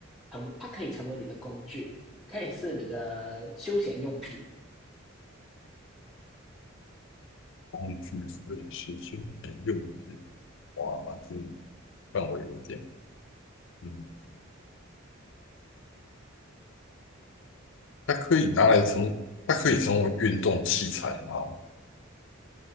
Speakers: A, in the centre; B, on the left.
A: 成为它可以成为你的工具，可以是你的休闲用品，
B: 工具所以是休闲用品，哇，那这范围有点，嗯，它可以拿来成，它可以成为运动器材吗？